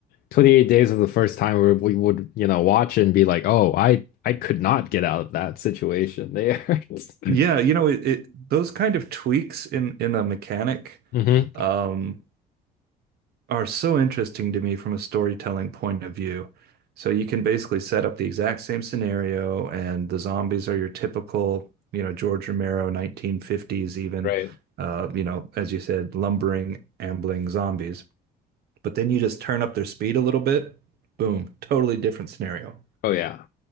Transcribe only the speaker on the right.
Yeah, you know, it, it those kind of tweaks in in a mechanic
um are so interesting to me from a storytelling point of view. So you can basically set up the exact same scenario, and the zombies are your typical, you know, George Romero 1950s, even,
uh, you know, as you said, lumbering, ambling zombies. But then you just turn up their speed a little bit, boom, totally different scenario.